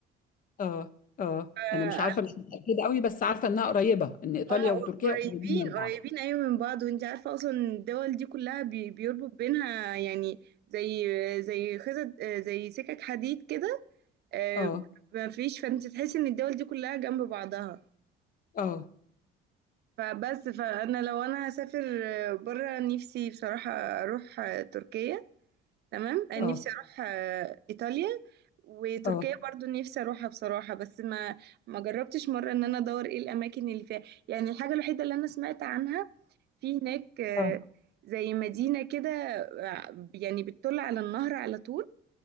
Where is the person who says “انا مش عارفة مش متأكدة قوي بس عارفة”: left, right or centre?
Left